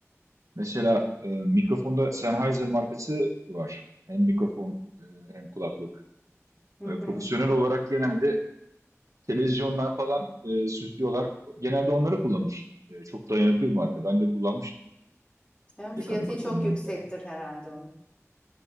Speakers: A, on the right; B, on the left.
A: Mesela e, mikrofonda Sennheiser markası var. Hem mikrofon e, hem kulaklık.
B: hı
A: E,
B: hı.
A: profesyonel olarak genelde televizyonlar falan e, süslüyorlar. Genelde onları kullanır. E, çok dayanıklı bir marka. Ben de kullanmıştım
B: Yani fiyatı
A: yaka mikrofonlarını
B: çok yüksektir
A: falan.
B: herhalde onun.